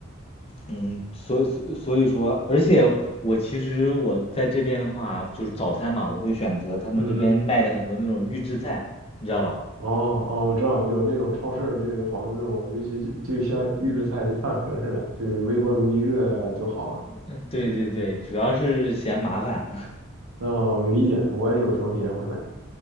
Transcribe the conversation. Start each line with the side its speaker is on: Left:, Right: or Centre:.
Left: 嗯，所以所所以说，而且我其实我在这边的话，就是早餐嘛，我会选择他们这边卖的很多那种预制菜，
Right: 嗯，
Left: 你知道吧？
Right: 哦哦，我知道有那种超市就有好多那种就就就就像预制菜就饭盒似的，就微波炉一热就好了。
Left: 嗯，对对对，主要是嫌麻烦。<laughs>
Right: 哦，理解，我有时候也会买。